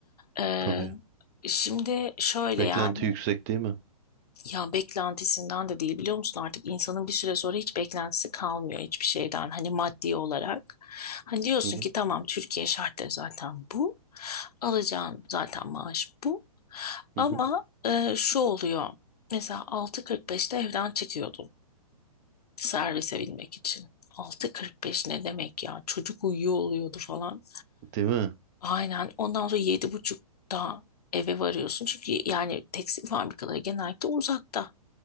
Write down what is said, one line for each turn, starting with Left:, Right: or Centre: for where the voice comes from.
Left: E,
Right: Tabii.
Left: şimdi şöyle
Right: Beklenti
Left: yani
Right: yüksek değil mi?
Left: ya beklentisinden de değil biliyor musun artık insanın bir süre sonra hiç beklentisi kalmıyor hiçbir şeyden hani maddi olarak. Hani diyorsun
Right: Hı hı,
Left: ki tamam Türkiye şartları zaten bu. Alacağın zaten maaş bu. Ama
Right: hı hı.
Left: e, şu oluyor. Mesela 6.45'te evden çıkıyordum servise binmek için. 6.45 ne demek ya? Çocuk uyuyor oluyordu falan.
Right: Değil mi?
Left: Aynen. Ondan sonra yedi buçukta eve varıyorsun. Çünkü yani tekstil fabrikaları genellikle uzakta.